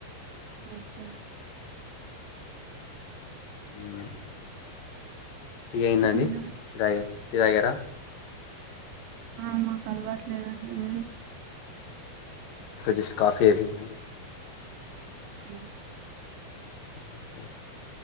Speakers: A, on the right (about 80°); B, on the left (about 70°).
A: ఓకే
B: హ్మ్ టీ అయిందా అండి
A: మీరు
B: టి తగార టీ తగరా
A: ఆ మాకు అలవట్లేదండి మీరు
B: జస్ కాఫీ అయిపోయింది అండి
A: అ
B: ఓకే